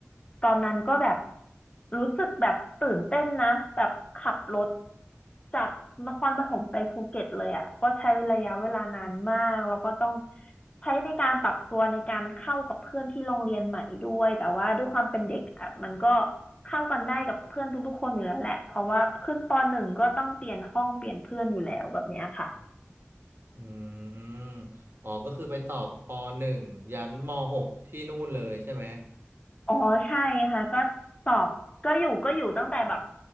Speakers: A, on the left; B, on the right.
A: ตอนนั้นก็แบบรู้สึกแบบตื่นเต้นนะแบบขับรถจากนครปฐมไปภูเก็ตเลยอะก็ใช้ระยะเวลานานมากแล้วก็ต้องใช้ในการปรับตัวในการเข้ากับเพื่อนที่โรงเรียนใหม่ด้วยแต่ว่าด้วยความเป็นเด็กอะมันก็เข้ากันได้กับเพื่อนทุกๆคนอยู่แล้วแหละเพราะว่าขึ้นปหนึ่งก็ต้องเปลี่ยนห้องเปลี่ยนเพื่อนอยู่แล้วแบบเนี้ยค่ะ
B: อืมอ๋อก็คือไปต่อปหนึ่งยันมหกที่นู่นเลยใช่ไหม
A: อ๋อใช่ค่ะก็สอบก็อยู่ก็อยู่ตั้งแต่แบบ